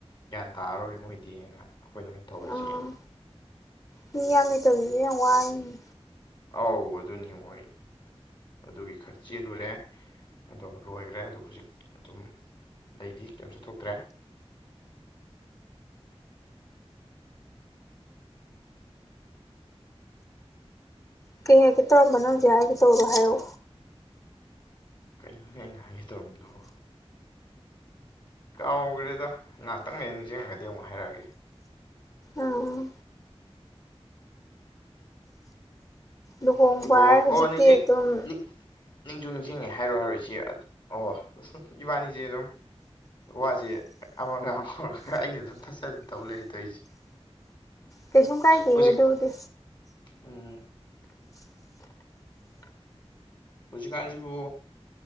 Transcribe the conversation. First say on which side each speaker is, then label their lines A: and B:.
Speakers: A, on the left; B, on the left.
A: ꯒ꯭ꯌꯥꯟ ꯇꯥꯔꯔꯣꯏ ꯃꯣꯏꯗꯤꯅ ꯑꯩꯈꯣꯏꯅ ꯑꯣꯏꯅ ꯇꯧꯔꯁꯤ
B: ꯑꯥ
A: <unintelligible>
B: ꯃꯤ ꯌꯥꯝ ꯂꯩꯇꯕꯖꯤꯖꯨ ꯌꯥꯝ ꯋꯥꯏꯅꯤ
A: ꯑꯧ ꯑꯗꯨꯅꯤ ꯃꯣꯏ ꯑꯗꯨꯒꯤ ꯈꯔ ꯆꯦꯜꯂꯨꯔꯦ ꯑꯗꯣ ꯂꯣꯏꯒ꯭ꯔꯦ ꯑꯗꯣ ꯍꯧꯖꯤꯛ ꯑꯗꯨꯝ ꯑꯗꯩꯗꯤ ꯀꯩꯝꯁꯨ ꯊꯣꯛꯇ꯭ꯔꯦ
B: ꯀꯩ ꯍꯥꯏꯒꯦ ꯇꯧꯔꯝꯕꯅꯣ ꯍꯧꯖꯤꯛ ꯍꯥꯏꯒꯦ ꯇꯧꯕꯗꯣ ꯍꯥꯏꯔꯣ
A: ꯀꯩꯅꯣꯅꯦ ꯑꯩꯅ ꯍꯥꯏꯒꯦ ꯇꯧꯔꯝꯕꯗꯨꯕꯨ ꯀꯥꯎꯒ꯭ꯔꯦꯗ ꯉꯥꯛꯇꯪ ꯂꯩꯔꯥ ꯅꯤꯡꯖꯪꯉꯛꯑꯗꯤ ꯑꯃꯨꯛ ꯍꯥꯏꯔꯛꯑꯒꯦ
B: ꯎꯝ ꯂꯨꯍꯣꯡꯕ
A: <unintelligible>
B: ꯍꯥꯏ
A: ꯅꯤꯡꯖꯤꯡ
B: ꯍꯧꯖꯤꯛꯇꯤ ꯑꯗꯨꯝ
A: ꯅꯤꯡ ꯅꯤꯡꯖꯨ ꯅꯤꯡꯖꯤꯡꯉꯦ ꯍꯥꯏꯔꯣ ꯍꯥꯏꯔꯣ ꯏꯆꯦ ꯑꯣ ꯏꯕꯥꯅꯤꯖꯦ ꯑꯗꯨꯝ ꯋꯥꯖꯦ ꯑꯃꯒ ꯑꯃꯒ ꯈꯔ ꯑꯩꯅ ꯑꯗꯨꯝ ꯊꯠꯆꯟ ꯇꯧ ꯂꯩ ꯇꯧꯏꯖꯦ
B: ꯀꯩꯁꯨꯝ ꯀꯥꯏꯗꯦꯍꯦ
A: ꯍꯧꯖꯤꯛ
B: ꯑꯗꯨꯕꯨꯗꯤ
A: ꯎꯝ ꯍꯧꯖꯤꯛꯀꯥꯟꯖꯤꯕꯨ